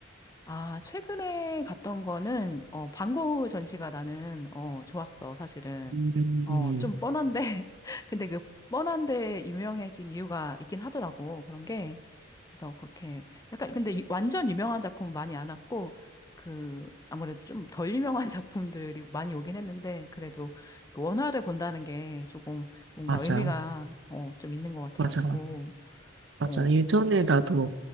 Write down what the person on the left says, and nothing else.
아, 최근에 갔던 거는, 어, 방구 전시가 나는, 어, 좋았어, 사실은.
어, 좀 뻔한데, <laughs> 근데 그 뻔한데 유명해진 이유가 있긴 하더라고, 그런 게. 그래서 그렇게, 약간, 근데 유- 완전 유명한 작품 많이 안 왔고, 그, 아무래도 좀 덜 유명한 <laughs> 작품들이 많이 오긴 했는데, 그래도 그 원화를 본다는 게 조금 뭔가
의미가, 어, 좀 있는 것 같아가지고,
어.